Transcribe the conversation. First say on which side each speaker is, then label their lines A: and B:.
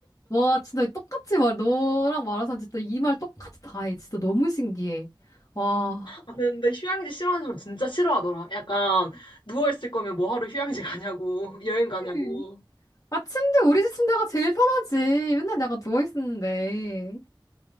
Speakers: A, on the left; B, on the left.
A: 와, 진짜 똑같이 말, 너랑 말해서 진짜 이 말 똑같이 다 해. 진짜 너무 신기해. 와.
B: 아, 근데 휴양지 싫어하는 사람 진짜 싫어하더라. 약간 누워있을 거면 뭐 하러 휴양지 가냐고, <laughs> 여행 가냐고.
A: 음. 아, 침대, 우리 집 침대가 제일 편하지. 맨날 내가 누워있었는데.